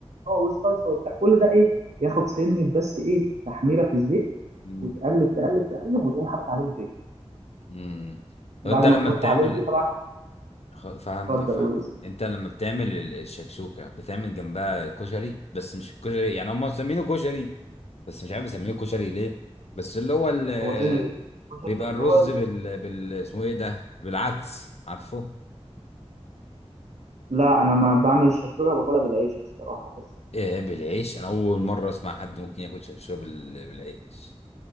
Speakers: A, on the right; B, on the left.
A: اه والصلصه وبتاع كل ده ايه ياخد سنه بس ايه تحميره في الزيت
B: امم
A: وتقلب تقلب تقلب وتقوم حاطط عليه البيض
B: امم. طب
A: بعد
B: انت لما
A: ما تحط
B: بتعمل
A: عليه البيض طبعا
B: خ- فهمتك
A: اتفضل
B: فهمت
A: قول اسم
B: انت لما بتعمل ال- الشكشوكه بتعمل جنبها كشري بس مش الكشري يعني هم مسمينه كشري بس مش عارف يسميه كشري ليه بس اللي هو ال-
A: هو ايه الكشري
B: بيبقى
A: ده اللي
B: الرز
A: هو ال...
B: بال بال اسمه ايه ده بالعدس عارفه
A: لا انا ما بعمل الشكشوكه باكلها بالعيش الصراحه بس
B: ايه بالعيش انا اول مره اسمع حد ممكن ياكل شكشوكه بال... بالعيش